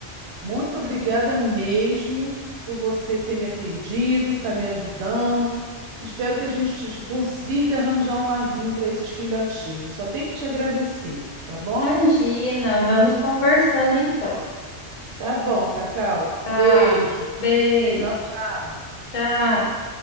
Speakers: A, on the right; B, on the left.
A: Muito obrigada mesmo por você ter me atendido, tá me ajudando. Espero que a gente te- consiga arranjar um larzinho para esses filhotinhos. Só tenho que te agradecer, tá bom?
B: Imagina, vamos conversando então,
A: Tá bom, Cacau.
B: tá?
A: Beijo.
B: Beijo,
A: Tchau, tchau.
B: tchau.